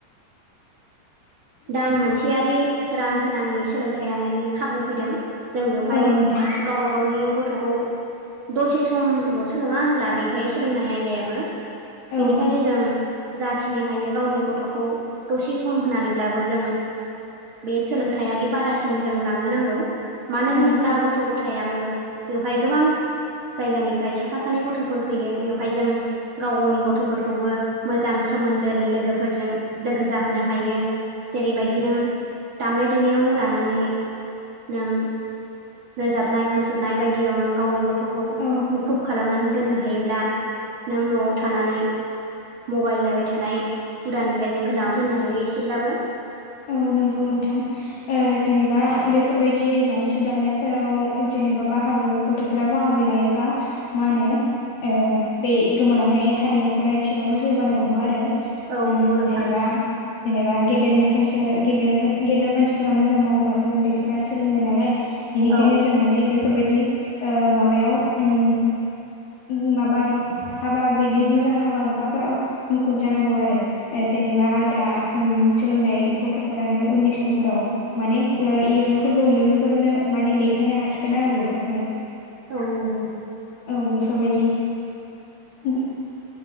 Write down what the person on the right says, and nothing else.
दान मोनसेयारि रां होनाङि सोलोंथाइ लानायनि खाबु फैदों। जों बेवहाय
गाव बा गावनि गथ'खौ दसे समल'सो नङा होनब्ला बेहाय सोलोंनाय आयदायाबो
बेनिखायनो जों जाखिनि हायो गावनि गथ'खौ दसे सम होनानै ब्लाबो जों बे सोलोंथायाइारि बादासिम जों लांनो नांगौ। मानो
होनोब्ला गथ' गथायाबो बेवहाय गोबां जायगानिफ्राय साफा सानै गथ'फोर फैयो बेवहाय जों गाव गावनि गथ'फोरखौबो मोजां सोमोन्दोनि लोगोफोरजों लोगो जाहोनो हायो। जेरैबायदि नों दामनाय देनायावनो लानानै नों रोजाबनाय मुसुरनाय बायदियाव नों गावनि गथ'खौ
मुखुब खालामनानै दोननो हायोब्ला नों न'आव थानानै मबाइल नायबाय थानाय हुदानिफ्राय जों गोजानाव दोननो हायो एसेब्लाबो।
औ
नंगौ नोंथां
औ
औ नांगौ।